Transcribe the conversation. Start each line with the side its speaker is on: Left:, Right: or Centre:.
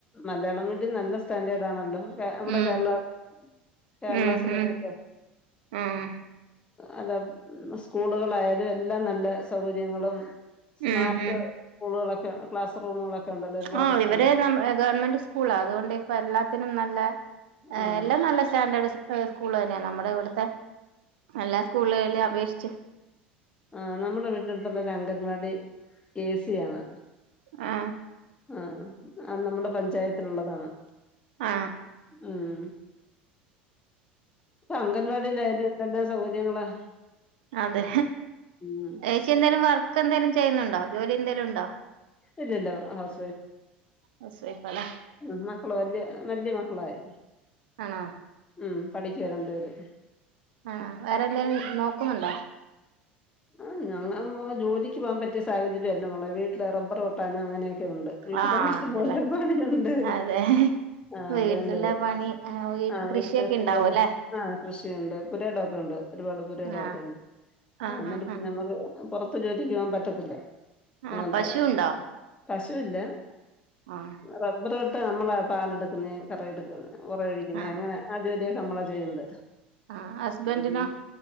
Left: മലയാളം വേണ്ട നല്ല സ്റ്റാൻഡേർഡ് ആണല്ലോ നമ്മുടെ
Right: ഉം
Left: കേരളം കേരള
Right: ഉം
Left: സിലബസ
Right: ഉം ഉം
Left: അല്ലെ ഉ സ്കൂളുകളായാലും എല്ലാ നല്ല സൗകര്യങ്ങളും സ്മാർട്ട്
Right: ഉം ഉം
Left: സ്കൂളുകളൊക്കെ ക്ലാസ് റൂമുകളൊക്കെ ഉണ്ടല്ലോ ഒരുപാട്
Right: ആ
Left: സ്കൂള്
Right: ഇവര് ഗവൺമെന്റ് സ്കൂള് അതുകൊണ്ട് ഇപ്പ എല്ലാത്തിനും നല്ല
Left: ആഹ്
Right: എല്ലാം നല്ല സ്റ്റാൻഡേർഡ് സ്കൂള് തന്നെയാണ് നമ്മുടെ ഇവിടുത്തെ എല്ലാ സ്കൂളുകളിലും അപേക്ഷിച്ച്
Left: ആ നമ്മുടെ വീട്ടിനടുത്തുള്ള ഒരു അംഗൻവാടി എ സി ആണ്
Right: ആ
Left: ആ ആ നമ്മുടെ പഞ്ചായത്തിലുള്ളതാണ്
Right: ആ
Left: ഉം ഇപ്പൊ അംഗൻവാടിയിലായാലും എന്തെല്ലാം സൗകര്യങ്ങളാ
Right: അതെ
Left: ഉം
Right: ചേച്ചി എന്താലും വർക്ക് എന്തേലും ചെയ്യുന്നുണ്ടോ ജോലി എന്തേലും ഉണ്ടോ
Left: ഇല്ലില്ല ഹൗസ്
Right: ഹൗസ് വൈഫ് അല്ലേ
Left: ഉ മക്കള് വല്യ വല്യ മക്കളായി
Right: ആണോ
Left: ഉ പഠിക്കുവാ രണ്ടു പേര്
Right: ആ വേറെന്തെലും നോക്കുന്നുണ്ടോ
Left: ആഹ് ഞങ്ങ ജോലിക്ക് പോവാൻ പറ്റിയ സാഹചര്യല്ല മോളെ വീട്ടില് റബ്ബർ വെട്ടാനും അങ്ങനെക്കെ ഒക്കെ ഉണ്ട് വീട്ടിൽ
Right: ആഹ്
Left: തന്നെ ഇഷ്ടംപോല
Right: ഉണ്ടല്ലേ
Left: പണിയുണ്ട്
Right: അതെ
Left: ആ
Right: വീട്ടിലെ
Left: അതണ്ട്
Right: പണി വീട്ട്
Left: ആ
Right: കൃഷിയൊക്കെ
Left: വീട്ടിലിഷ്ടം
Right: ഉണ്ടാവും
Left: പോലെ
Right: അല്ലെ
Left: ആ കൃഷിയുണ്ട് പുരിടൊക്കെണ്ട് ഒരു പാട് പുരയിടൊക്കെ
Right: ആഹ്
Left: ഉണ്ട്
Right: ആഹ്
Left: അഹ് എന്നിട്ട്
Right: ആഹ്
Left: പിന്ന
Right: ആഹ്
Left: നമ്മക്ക് പോറത്ത് ജോലിക്ക് പോകാൻ പറ്റത്തില്ല
Right: ആഹ്
Left: അങ്ങനത്തെ
Right: പശു ഉണ്ടോ
Left: പശുഇല്ല
Right: ആഹ്
Left: റബ്ബർ വെട്ട് നമ്മള് പാലെടുക്കുന്ന കറ എടുക്കുന്നേ ഉറഒഴിക്കുന്ന
Right: ആഹ്
Left: അങ്ങനെ ആ ജോലിയൊക്കെ നമ്മളാ ചെയ്യണ്ട്ഉം
Right: ആഹ് ഹസ്ബൻഡിനോ